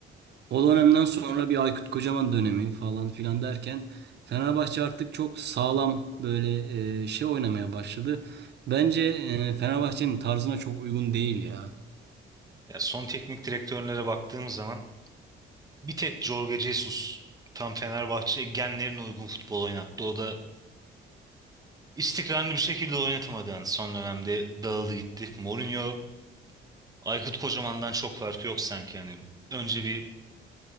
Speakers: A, on the right (about 60°); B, on the right (about 20°).
A: O dönemden sonra bir Aykut Kocaman dönemi falan filan derken Fenerbahçe artık çok sağlam böyle e, şey oynamaya başladı. Bence e, Fenerbahçe'nin tarzına çok uygun değil ya.
B: Ya son teknik direktörlere baktığım zaman bir tek Jorge Jesus tam Fenerbahçe genlerine uygun futbol oynattı. O da istikrarlı bir şekilde oynatamadı yani son dönemde dağıldı gitti. Mourinho Aykut Kocaman'dan çok farkı yok sanki yani. Önce bir